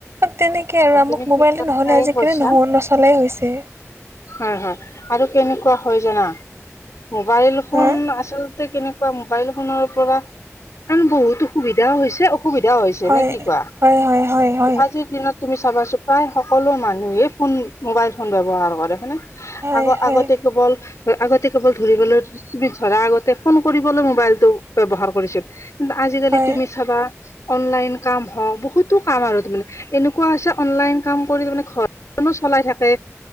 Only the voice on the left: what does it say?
হয়,
তুমি
ঠিক কথাই
কৈছা
হয় হয়, আৰু কেনেকুৱা হয় জানা মোবাইল ফোন
আচল- তে তেনেকুৱা মোবাইল ফোনৰ পৰা আন বহুতো সুবিধাও হৈছে অসুবিধাও হৈছ- ছেনে
কি কোৱা
আজিৰ দিনত- তুমি চাবাছো প্ৰায় সকলো মানুহেই ফোন মোবাইল-ফোন ব্যৱহাৰ কৰে হয় নে?
আগ-আগতে
কেৱল আগতে কেৱল ধৰিবলৈ ধৰা আগতে ফোন কৰিবলৈ মোবাইলটো ব্যৱহাৰ কৰিছিল। কিন্তু আজিকালি
তুমি চাবা অনলাইন কাম হওঁক, বহুতো কাম আৰু। তাৰমানে, এনেকুৱা আছে অনলাইন কাম কৰি তাৰমানে ঘৰ <unintelligible> চলাই থাকে,